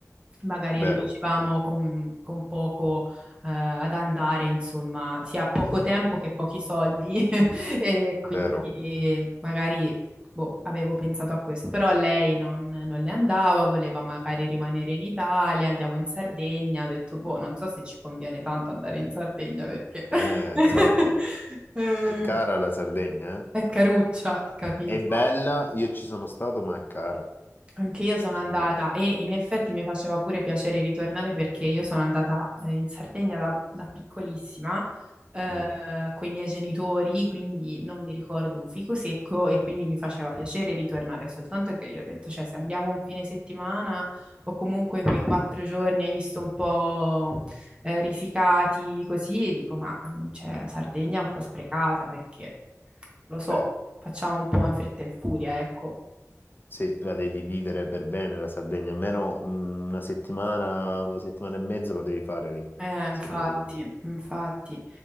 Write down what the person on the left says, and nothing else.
Vero,
vero,
eh,
esatto.
È cara la Sardegna, eh?
È bella, io ci sono stato, ma è cara,
sinceramente.
Mm,
vero.
Sì, la devi vivere per bene la Sardegna, almeno mm, una settimana, una settimana e mezza lo devi fare lì,
secondo me.